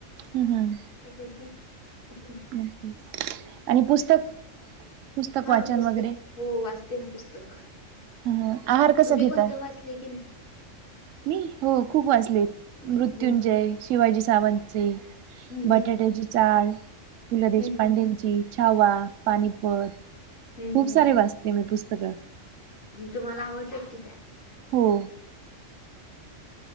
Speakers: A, on the right (about 75°); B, on the left (about 85°).
A: हम् हम
B: अ <unintelligible>
A: ओक आणि पुस्तक पुस्तक
B: हा
A: वाचन
B: पुस्तक
A: वगैरे
B: हो वाचते ना पुस्तक.
A: हं हं आहार कसा
B: तुम्ही
A: घेता?
B: कोणतं वाचले की नाही?
A: मी हो खूप वाचले मृत्युंजय,
B: हम्म
A: शिवाजी सावंतचे.
B: हम्म
A: बटाट्याची
B: हम्म
A: चाळ, पु. ल देशपांडे
B: हम्म
A: ची... छावा, पानिपत
B: हम्म
A: खूप... सारे वाचते मी पुस्तकं.
B: तुम्हाला आवडतात की काय? <inaudible>
A: हो